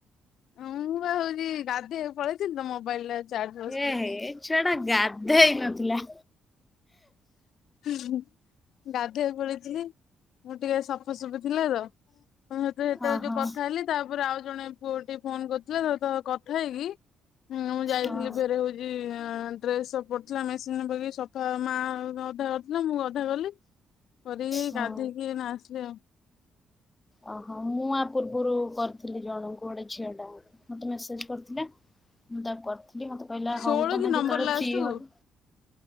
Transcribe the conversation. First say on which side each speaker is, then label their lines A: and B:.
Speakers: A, on the left; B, on the left.
A: ହଁ ବା ହଉଛି ଗାଧୋଇବାକୁ ପଳେଇଥିଲି ତ ମୋବାଇଲ ଟା ଚାର୍ଜ ବସିଥିଲା।
B: ହେ ହେ ଛୁଆଟା ଗାଧେଇ ନଥିଲା
A: ହୁଁ ଗାଧୋଇବା କୁପଳେଇଥିଲି ମୁଁ ଟିକେ ସଫାସୁଫି ଥିଲା ତ ହଁତ ସେତେବେଳେ
B: ହଁ
A: ଯୋଉ
B: ହଁ
A: କଥା ହେଲି ତାପରେ ଆଉ ଜଣେ ପୁଅ ଟିକେ ଫୋନ କରିଥିଲେ ତା ସହିତ କଥା ହେଇକି ମୁଁ ଯାଇଥିଲି
B: ହଁ
A: ଫେରେ ହଉଛି ଡ୍ରେସ ସବୁ ପଡିଥିଲା ମେସିନ ବୈକି ସଫା ମା ଅଧା ଲା ମୁଁ ଗଧା କଲି କରିକିଏଇ
B: ହଉ।
A: ଗାଧେଇକି ନା ଆସିଲି ଆଉ
B: ଓହୋ ମୁଁ ଆ ପୂର୍ବରୁ କରିଥିଲି ଜଣଙ୍କୁ ଗୋଟେ ଝିଅ ଟା ମତେ ମେସେଜ କରିଥିଲା ମୁଁ ତାକୁ କରିଥିଲି ମତେ କହିଲା
A: ଷୋହଳ
B: ହଉ ତମେ
A: କି ନମ୍ବର
B: ଯେତେବେଳେ
A: ଲାଷ୍ଟ
B: ଫ୍ରି
A: କୁ
B: ହବ